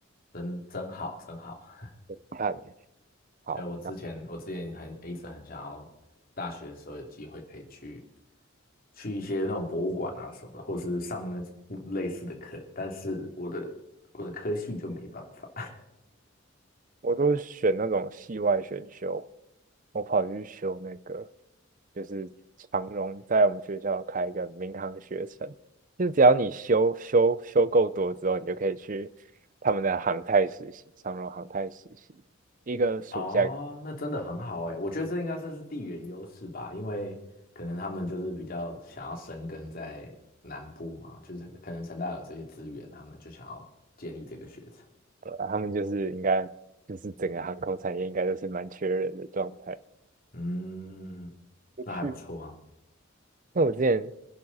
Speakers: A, on the left; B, on the right.
A: 真真好，真好。<laughs>
B: 看好，
A: 哎，我之前我之前很一直很想要，
B: 那
A: 大学的时候有机会可以去去一些那种博物馆啊什么的，或是上那类似的课，但是我的我的科系就没办法。
B: 我都选那种系外选修，我跑去修那个就是长荣在我们学校开一个民航学程，就只要你修修修够多之后，你就可以去他们的航太实习，长荣航太实习，一个暑假
A: <laughs> 哦，那真的很好哎，我觉得这应该算是地缘优势吧，因为可能他们就是比较想要生根在南部嘛，就是可能成大有这些资源，他们就想要建立这个学程。
B: 啊他们就是应该就是整个航空产业应该都是蛮缺人的状态。
A: 嗯，
B: 我去，
A: 那还不错啊。
B: 那我之前